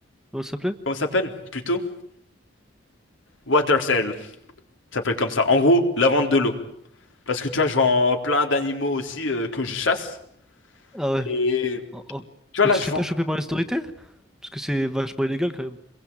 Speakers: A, in the centre; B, on the left (about 80°).
A: Comment ça s'appelait?
B: Comment ça s'appelle? Plutôt? Water Sale. Ça s'appelle comme ça. En gros, la vente de l'eau. Parce que tu vois, je vends plein d'animaux aussi euh, que je chasse.
A: Ah ouais.
B: Et
A: Oh, oh.
B: tu vois,
A: Mais
B: là,
A: tu
B: je
A: te fais
B: vends.
A: pas choper par les autorités? Parce que c'est vachement illégal quand même.